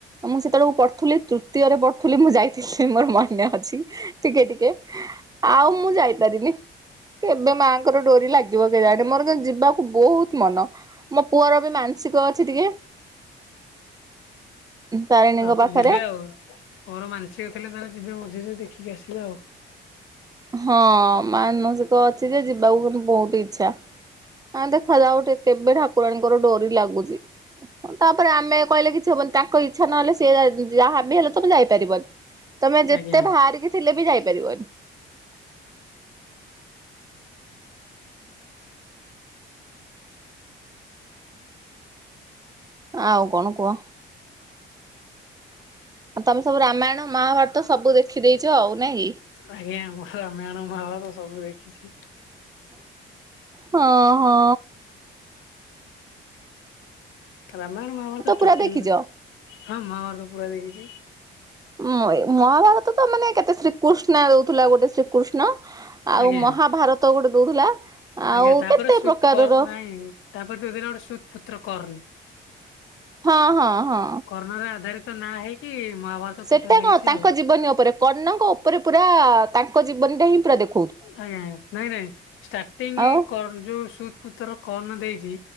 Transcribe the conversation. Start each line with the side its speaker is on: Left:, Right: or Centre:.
Right: ମୁଁ ସେତେବେଳକୁ ପଢୁଥିଲି ତୃତୀୟରେ ପଢ଼ୁଥିଲି। ମୁଁ ଯାଇଥିଲି ମୋର ମନେ ଅଛି ଟିକେ ଟିକେ ଆଉ ମୁଁ ଯାଇପାରିନି। କେବେ ମାଆଙ୍କର ଡୋରି ଲାଗିବ କେଜାଣି? ମୋର କିନ୍ତୁ ଯିବାକୁ ବହୁତ ମନ ମୋ ପୁଅର ବି ମାନ ସିକ ଅଛି ଟିକେ। ତାରିଣୀଙ୍କ
Left: ହଁ ଆପଣ
Right: ପାଖରେ
Left: ଯିବେ ଆଉ ପୁଅର ମାନସିକ ଥିଲେ ତାହେଲେ ଯିବେ ମଝିରେ ଦେ ଦେଖିକି ଆସିବେ ଆଉ।
Right: ହଁ ମାନସିକ ଅଛି ଯେ ଯିବାକୁ ମୋର ବହୁତ ଇଛା। ହ ଦେଖାଯାଉ କେବେ ଠାକୁରାଣୀଙ୍କର ଡୋରି ଲାଗୁଛି। ତାପରେ ଆମେ କହିଲେ କିଛି ହବନି, ତାଙ୍କ ଇଚ୍ଛା ନହେଲେ, ସିଏ ଯାହା ବି ହେଲେ ତମେ ଯାଇପାରିବନି। ତମେ ଯେତେ
Left: ଆଜ୍ଞା।
Right: ବାହାରିକି ଥିଲେ ବି ଯାଇପାରିବନି। ଆଉ କଣ କୁହ? ଆଉ ତମେ ସବୁ ରାମାୟଣ ମହାଭାରତ ସବୁ ଦେଖିଦେଇଛ ଆଉ ନାଇ କି?
Left: ଆଜ୍ଞା, ମୁଁ ରାମାୟଣ ମହାଭାରତ ସବୁ ଦେଖିଛି।
Right: ହଁ ହଁ
Left: ରାମାୟଣ ମହାଭାରତ
Right: ପୁରା
Left: ଟପିକ
Right: ଦେଖିଛ?
Left: ହଁ ମହାଭାରତ ପୁରା ଦେଖିଛି।
Right: ଉ ମହାଭାରତ ତ ମାନେ କେତେ ଶ୍ରୀକୃଷ୍ଣ ଦଉଥିଲା ଗୋଟେ ଶ୍ରୀକୃଷ୍ଣ। ଆଉ
Left: ଆଜ୍ଞା।
Right: ମହାଭାରତ ଗୋଟେ ଦଉଥିଲା। ଆଉ
Left: ଆଜ୍ଞା ତାପରେ
Right: କେତେ
Left: ସୁ
Right: ପ୍ରକାରର
Left: କର ନାଇଁ ତାପରେ ଯୋଉ ଦିନଠୁ ଗୋଟେ ସୁ ପୁତ୍ର କର୍ଣ
Right: ହଁ ହଁ। ହଁ।
Left: କର୍ଣ୍ଣର ଆଧାରିତ ନାଁ ହେଇକି। ମହାଭାରତ
Right: ସେଟା
Left: ଟୋଟାଲ ହେଇଛି
Right: କଣ ତାଙ୍କ
Left: ଆଉ।
Right: ଜୀବନୀ ଉପରେ କର୍ଣ୍ଣଙ୍କ ଉପରେ ପୁରା ତାଙ୍କ ଜୀବନୀ ଟା ହିଁ ପୁରା ଦେଖ
Left: ଆଜ୍ଞା ନାଇଁ ନାଇଁ ଷ୍ଟାର୍ଟିଙ୍ଗ
Right: ଆଉ
Left: କର୍ଣ୍ଣ ଯୋଉ ସୁଦ୍ ପୁତର କର୍ଣ୍ଣ ଦେଇଛି।